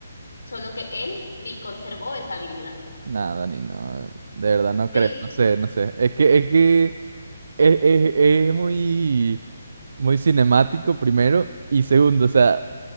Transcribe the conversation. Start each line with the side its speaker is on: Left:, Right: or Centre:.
Left: solo que él sí conservó esa habilidad.
Right: Nada, ni no, de verdad no creo,
Left: Sí,
Right: no sé, no sé. Es que, es que Es, es- es muy, muy cinemático, primero. Y segundo, o sea,